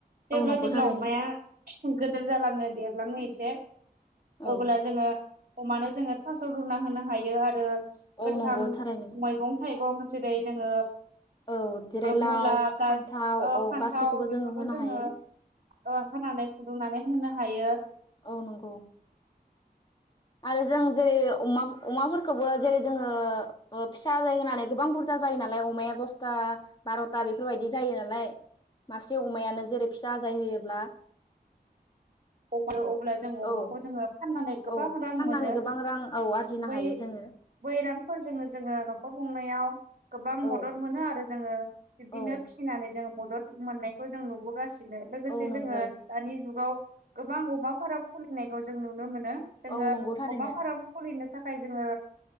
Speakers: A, on the right; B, on the left.
A: जेब्ला
B: औ नंगौ
A: जेब्ला
B: थारैनो
A: अमाया गिदिर जालांङो देरलांङो एसे।
B: औ
A: अब्ला जोंङो अमानो जोंङो थास रुना होनो हायो आरो।
B: औ
A: गोथां
B: नंगौ थारैनो
A: मैगं थाइगं जेरै जोंङो।
B: औ जेरै लाव
A: मुला गाज
B: फान्थाव
A: ओ
B: औ
A: फान्थाव
B: गासैखौबो
A: बेफोरखौ
B: जोङो होनो
A: जोंङो।
B: हायो
A: ओ होनानै फुदुंनानै होनो हायो।
B: औ नंगौ आरो जों जेरै अमा अमाफोरखौबो जेरै जोंङो फिसा जायो होननानै गोबां बुरजा। जायो नालाय अमाया दसथा बारथा बेफोरबायदि जायो नालाय। मासे अमायानो जेरै फिसा आजाय होयोब्ला।
A: अमा अब्ला जों अमाखौ
B: औ
A: जोंङो फाननानै गोबां
B: औ
A: रां
B: फाननानै
A: मोनो।
B: गोबां रां औ आरजिनो
A: बै
B: हायो जोङो
A: बै रांफोरजोंनो जोंङो नखर खुंनायाव। गोबां
B: औ
A: मदद मोनो आरो जोंङो बिदिनो
B: औ
A: फिसिनानै जोंङो मदद मोननायखौ जों नुबोगास सिनो लोगोसे
B: औ
A: जोंङो
B: नंगौ
A: दानि जुगाव गोबां अमा फार्म खुलिनायखौ जों नुनो मोनो। ज्ङो
B: औ नंगौ थारैनो
A: अमा फार्म खुलिनो थाखाय जोंङो।